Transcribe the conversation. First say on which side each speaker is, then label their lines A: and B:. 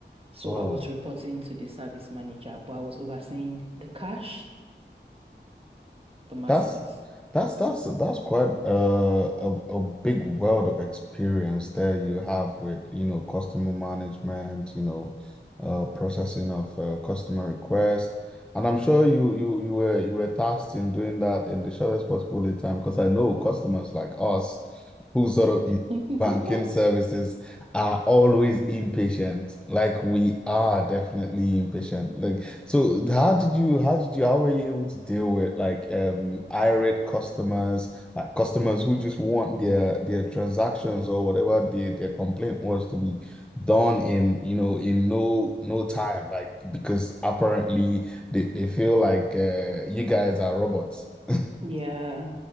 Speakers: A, on the right (about 30°); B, in the centre.
A: So
B: Oh.
A: I was reporting to the service manager, but I was overseeing the cash, customer
B: That's
A: service.
B: that's that's that's quite uh, a a big world of experience there you have with you know customer management, you know, uh, processing of uh, customer requests, and I'm sure you you you were you were tasked in doing that in the shortest possible lead time because I know customers like us who sort of use
A: <laughs>
B: banking services are always impatient. Like we are definitely impatient. Like so how did you how did you how were you able to deal with like um irate customers, like customers who just want their their transactions or whatever their their complaint was to be done in you know in no no time, like because apparently they, they feel like uh you guys are robots. <laughs>
A: Yeah.